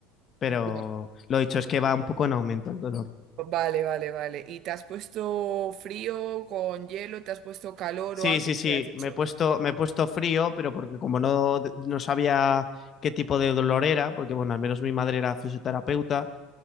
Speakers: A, on the left; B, on the right.
A: pero
B: Bien.
A: lo dicho es que va un poco en aumento el dolor.
B: Vale, vale, vale. ¿Y te has puesto frío con hielo? ¿Te has puesto calor
A: Sí,
B: o algo?
A: sí, sí,
B: ¿Qué has hecho?
A: me he puesto, me he puesto frío, pero porque como no, no sabía qué tipo de dolor era, porque bueno, al menos mi madre era fisioterapeuta